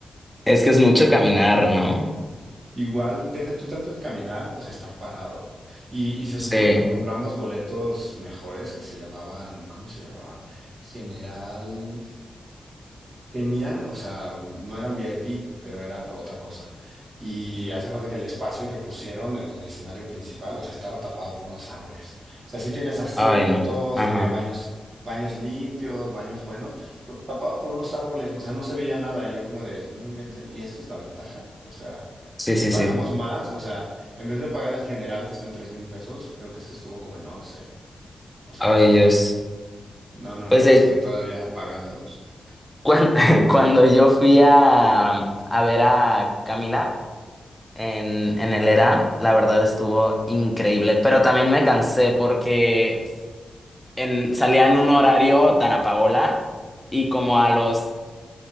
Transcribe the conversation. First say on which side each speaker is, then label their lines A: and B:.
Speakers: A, in the centre; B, on the right (about 60°).
A: Es que es mucho caminar, ¿no?
B: Igual, deja tú tanto el caminar, o sea, estar parado. Y, y se
A: Sí.
B: supone que compramos boletos mejores que se llamaban, ¿cómo se llamaban? General. Tenían, o sea, no eran VIP, pero eran otra cosa. Y hace cuenta que el espacio que pusieron en el escenario principal, o sea, estaba tapado por unos árboles. O sea, sí tenías asientos,
A: Ay, no. Ajá.
B: tenía baños, baños limpios, baños buenos, pero tapado por unos árboles. O sea, no se veía nada. Y yo como de, no inventen. ¿Y esta es la ventaja? O sea,
A: Sí,
B: y
A: sí,
B: pagamos
A: sí.
B: más. O sea, en vez de pagar el general que está en tres mil pesos, creo que este estuvo como en once. O sea,
A: Ay, Dios.
B: no, no,
A: Pues
B: no,
A: de
B: estoy todavía pagándolos.
A: cuan- <laughs> cuando yo fui a, a ver a Camila, en, en el ERA, la verdad estuvo increíble, pero también me cansé porque en, salía en un horario Dana Paola y como a los